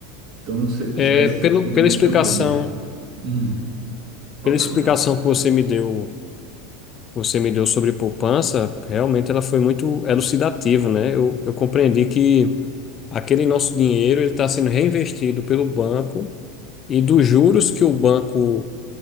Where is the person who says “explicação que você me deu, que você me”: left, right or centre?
Left